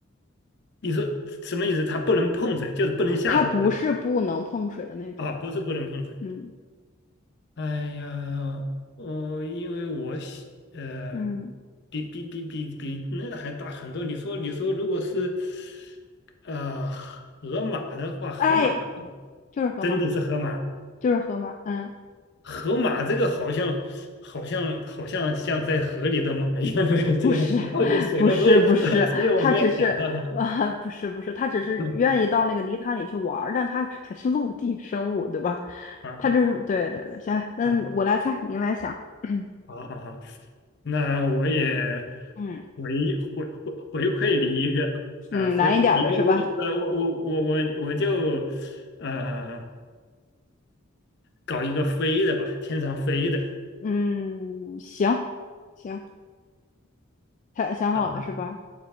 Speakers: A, on the left; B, on the left.
A: 你说什么意思？它不能碰水，就是不能下水的
B: 它不是不能碰水的那种。
A: 啊？不是不能碰水。
B: 嗯
A: 哎呀，我、因为我喜呃，
B: 嗯，
A: 比比比比比那个还大很多。你说你说，如果是呃河马的话，河马
B: 哎，就是河马，
A: 真的是河马，
B: 就是河马。嗯。
A: 河马这个好像好像好像像在河里的马一样，<laughs> 这很靠近水了，
B: 不是，<laughs> 不是，
A: 所以
B: 不是，
A: <laughs> 所以我没有想到它。
B: 他只是，呃，不是，不是，他只是愿意到那个泥潭里去玩儿，
A: <laughs>
B: 但他还是陆地生物，对吧？
A: 啊啊
B: 他就是，对对对，行了，那我来猜，
A: 啊！
B: 您来想，<clears throat>
A: 好好好。那我也
B: 嗯
A: 回回回回馈你一个，呃，
B: 嗯，
A: 回馈你一个，
B: 难一点儿的是吧？
A: 我就呃，我我我我我就呃搞一个飞的吧，天上飞的
B: 嗯，行行，他想好了是吧？
A: 啊，